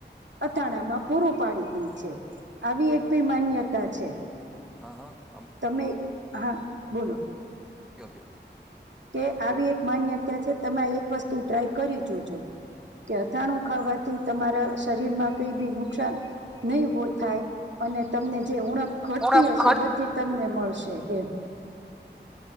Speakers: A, on the right; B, in the centre.
A: અથાણામાં પૂરું પાડી છે આવી એક ભી માન્યતા છે.
B: હા હા
A: તમે એક, હા બોલો
B: <unintelligible>
A: કે આવી એક માન્યતા છે તમે એક વસ્તુ ટ્રાય કરી જોજો કે અથાણું ખાવાથી તમારા શરીરમાં કઈ બી નુકસાન નહી થાય અને તમને જે ઉણપ ઘટતી
B: ઉણપ
A: હશે
B: ખર્ચ
A: એ બધી તમને મળશે એમ,